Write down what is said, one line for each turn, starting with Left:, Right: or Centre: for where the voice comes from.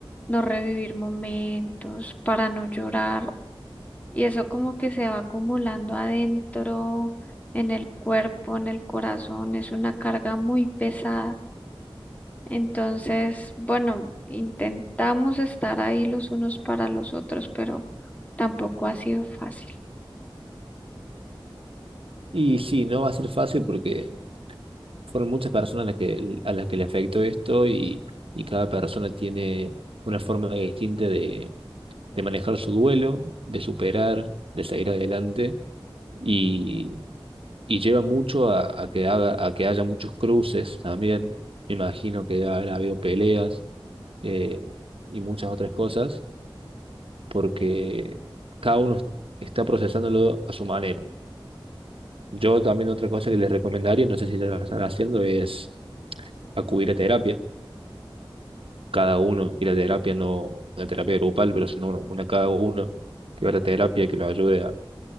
Left: no revivir momentos, para no llorar. Y eso como que se va acumulando adentro, en el cuerpo, en el corazón, es una carga muy pesada. Entonces, bueno, intentamos estar ahí los unos para los otros, pero tampoco ha sido fácil.
Right: Y sí, no va a ser fácil porque fueron muchas personas las que, a las que le afectó esto y, y cada persona tiene una forma distinta de, de manejar su duelo, de superar, de salir adelante y, y lleva mucho a, a que haga, a que haya muchos cruces también. Me imagino que ha habido peleas eh, y muchas otras cosas, porque cada uno está procesándolo a su manera. Yo también otra cosa que les recomendaría, no sé si ya lo están haciendo, es acudir a terapia, cada uno, y la terapia no, la terapia grupal, pero sino una cada uno, que vaya a terapia, que lo ayude a,